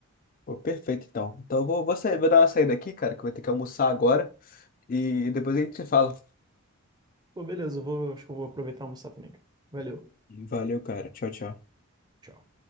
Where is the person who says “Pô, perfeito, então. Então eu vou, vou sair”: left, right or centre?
Left